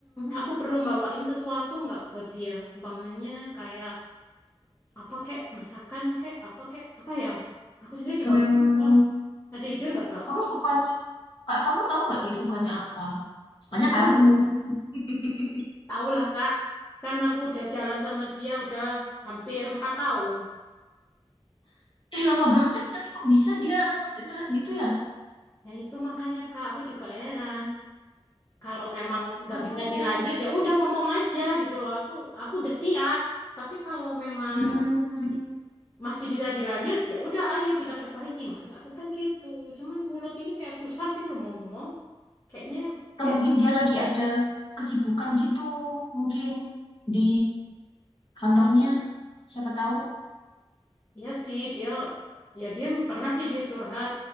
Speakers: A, on the left; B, on the left.
A: aku perlu bawain sesuatu nggak buat dia? Umpamanya kayak apa kek masakan kek apa kek apa ya? Aku sendiri juga
B: Hmm,
A: bingung, Kak. Ada ide nggak Kak?
B: kamu sukanya, Kak, kamu tahu nggak dia sukanya apa? Sukanya
A: Tahu.
B: kamu. <laughs>
A: Tahu lah Kak, kan aku udah jalan sama dia udah hampir empat tahun.
B: Eh, lama banget, tapi kok bisa dia lost interest gitu ya?
A: Ya itu makanya Kak, aku juga heran. Kalau memang nggak
B: Atau,
A: bisa dilanjut, ya udah ngomong aja gitu loh. Aku aku udah siap. Tapi kalau memang
B: hmm,
A: masih bisa dilanjut, ya udah ayo kita perbaiki. Maksud aku kan gitu. Cuman mulut ini kayak susah gitu loh mau ngomong. Kayaknya
B: atau
A: kayak
B: mungkin dia lagi ada kesibukan gitu, mungkin di kantornya, siapa tahu.
A: Iya sih, dia ya dia pernah sih dia curhat